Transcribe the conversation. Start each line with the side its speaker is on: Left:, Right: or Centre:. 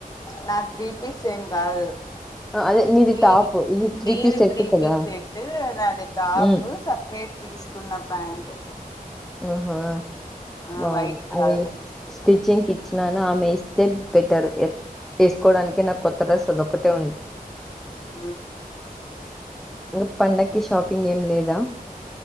Left: నాది త్రీ పీస్ ఏం కాదు
Centre: అదే
Left: నీది
Centre: టాప్. ఇది
Left: నీది
Centre: పీస్ సెట్
Left: త్రీ
Centre: కదా!
Left: పీస్ సేట్టు నాది టాప్
Centre: హ్మ్.
Left: సపరేట్ తీసుకు నా ప్యాంట్
Centre: ఆహా
Left: ఆ
Centre: బావుంది
Left: వైట్ ప్లాజో
Centre: అది
Left: తీసుకున్నా
Centre: స్టిచ్చింగ్కి ఇచ్చినాను ఆమె ఇస్తే పెట్టారు వేసుకోవడానికి నాకు కొత్త డ్రెస్ అదొక్కటే ఉంది
Left: ఆ
Centre: ఇంకా పండగకి షాపింగ్ ఏం లేదా